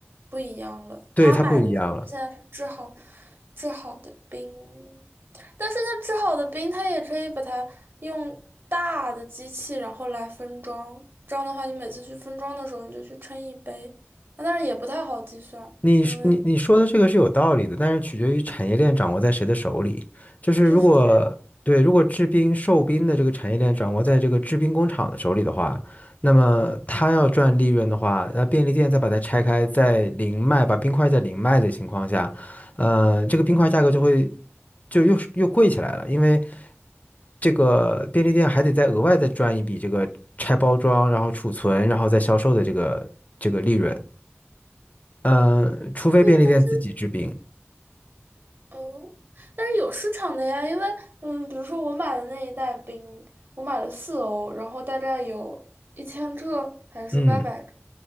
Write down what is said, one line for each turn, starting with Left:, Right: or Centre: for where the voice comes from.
Right: 不一样了。
Left: 对它不一样了。
Right: 他买的其实现在是制好制好的冰，但是他制好的冰，他也可以把它用大的机器，然后来分装。这样的话，你每次去分装的时候，你就去称一杯，啊但是也不太好计算，
Left: 你是你你说的这个是有道理的，
Right: 因为
Left: 但是取决于产业链掌握在谁的手里。就是如果对，
Right: 就是这样。
Left: 如果制冰售冰的这个产业链掌握在这个制冰工厂的手里的话，那么他要赚利润的话，那便利店再把它拆开，再零卖，把冰块再零卖的情况下，呃，这个冰块价格就会就又又贵起来了，因为这个便利店还得再额外再赚一笔这个拆包装，然后储存，然后再销售的这个这个利润。呃，除非便利店自己制冰。
Right: 对，但是嗯，但是有市场的呀，因为嗯，比如说我买的那一袋冰，我买了四欧，然后大概有一千克还是八百。
Left: 嗯